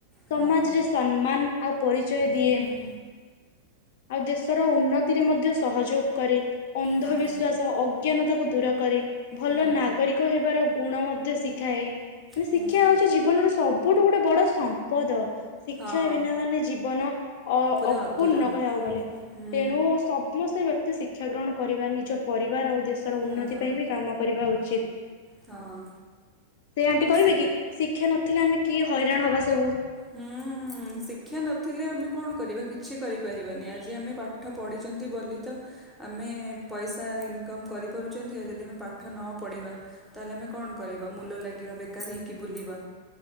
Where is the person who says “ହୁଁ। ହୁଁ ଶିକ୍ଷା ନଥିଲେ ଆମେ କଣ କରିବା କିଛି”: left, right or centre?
Centre